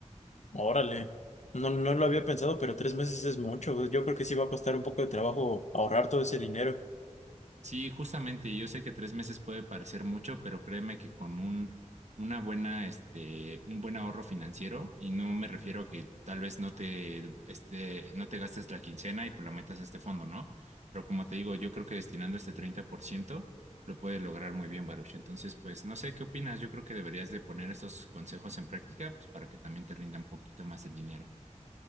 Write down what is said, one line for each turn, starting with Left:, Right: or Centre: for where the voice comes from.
Left: Órale. No, no lo había pensado, pero tres meses es mucho. güey. Yo creo que sí va a costar un poco de trabajo ahorrar todo ese dinero.
Right: Sí, justamente, yo sé que tres meses puede parecer mucho, pero créeme que con un, una buena, este, un buen ahorro financiero, y no me refiero a que tal vez no te, este, no te gastes la quincena y pues la metas a este fondo, ¿no? Pero como te digo, yo creo que destinando este 30% lo puedes lograr muy bien, Baruch. Entonces, pues no sé qué opinas, yo creo que deberías de poner estos consejos en práctica, pues para que también te rinda un poquito más el dinero.